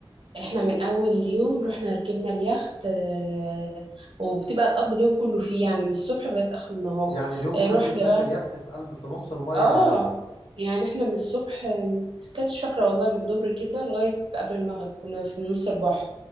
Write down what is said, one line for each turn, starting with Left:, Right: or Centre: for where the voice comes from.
Right: احنا من اول يوم رحنا ركبنا اليخت آه، وبتبقى تقضي اليوم كله فيه يعني من الصبح لغايه اخر النهار
Left: يعني اليوم
Right: آه،
Left: كله
Right: رحنا
Left: بتبقي في قلب
Right: بقى
Left: اليخت في قلب في نص الميه
Right: اه
Left: يعني
Right: يعني احنا من الصبح آه، كانتش فاكره والله من الظهر كده لغايه قبل المغرب كنا في نص البحر